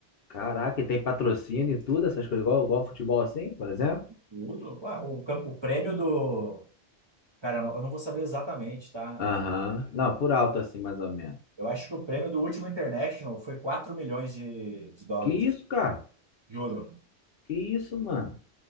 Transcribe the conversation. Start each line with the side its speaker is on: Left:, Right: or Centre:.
Left: Caraca, e tem patrocínio e tudo, essas coisas, igual, igual futebol assim, por exemplo?
Right: O outro, ué, o, cam- o prêmio do. Cara, eu não eu não vou saber exatamente, tá?
Left: Aham. Não, por alto assim, mais ou menos.
Right: Eu acho que o prêmio do último International foi 4 milhões de, de dólares,
Left: Que isso, cara?
Right: de ouro.
Left: Que isso, mano?